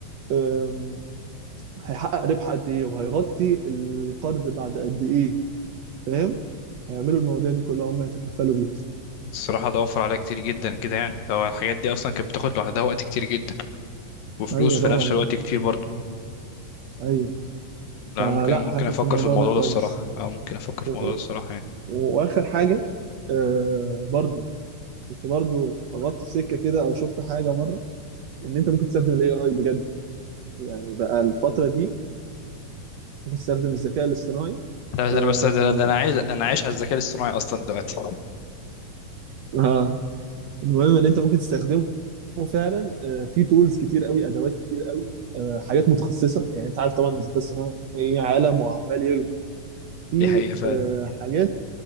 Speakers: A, on the right; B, on the left.
A: أم، هيحقق ربح قد ايه وهيغطي القرض بعد قد ايه فاهم هيعملوا المواضيع دي كلها هم يتكفلوا بيها
B: الصراحة ده وفر عليا كتير جدا كده يعني لو الحاجات دي أصلا كانت بتاخد لوحدها وقت كتير جدا وفلوس
A: ايوه
B: في
A: طبعا
B: نفس
A: يعني
B: الوقت كتير برضه
A: ايوه
B: لا
A: فلا
B: أنا ممكن ممكن
A: حاسس
B: أفكر
A: الموضوع
B: في الموضوع
A: ده كويس
B: ده الصراحة أه ممكن أفكر في
A: و...
B: الموضوع ده الصراحة يعني
A: واخر حاجه آه برضو كنت برضو خبطت في سكه كده او شفت حاجه مره ان انت ممكن تستخدم الاي اي بجد يعني بقى الفتره دي ممكن تستخدم الذكاء الاصطناعي
B: لا،
A: آه...
B: ده أنا بس ده, ده أنا عايز أنا عايش على الذكاء الاصطناعي أصلا دلوقتي
A: اه المهم ان انت ممكن تستخدمه فعلا آه، في تولز كتير قوي ادوات كتير قوي آه، حاجات متخصصه يعني انت عارف طبعا الذكاء الصناعي عالم وعمال يكبر في
B: دي حقيقة فعلا
A: آه، حاجات